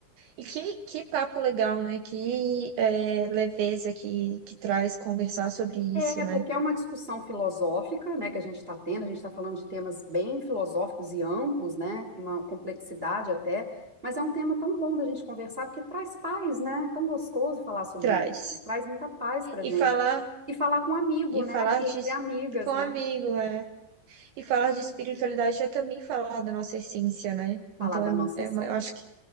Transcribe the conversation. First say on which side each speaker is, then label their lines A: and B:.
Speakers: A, on the right; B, on the right.
A: E que, que papo legal, né? Que é, leveza que, que traz conversar sobre isso,
B: É,
A: né?
B: porque é uma discussão filosófica, né, que a gente está tendo, a gente está falando de temas bem filosóficos e amplos, né, com uma complexidade até, mas é um tema tão bom da gente conversar, porque traz paz, né, é tão gostoso falar sobre
A: Traz.
B: isso, traz muita paz pra
A: E
B: gente.
A: falar,
B: E falar com um amigo,
A: e
B: né,
A: falar
B: aqui
A: de.
B: entre amigas,
A: Com amigo,
B: né,
A: é. E falar de espiritualidade é também falar da nossa essência, né?
B: falar
A: Então,
B: da nossa
A: é,
B: essência,
A: é uma- eu acho que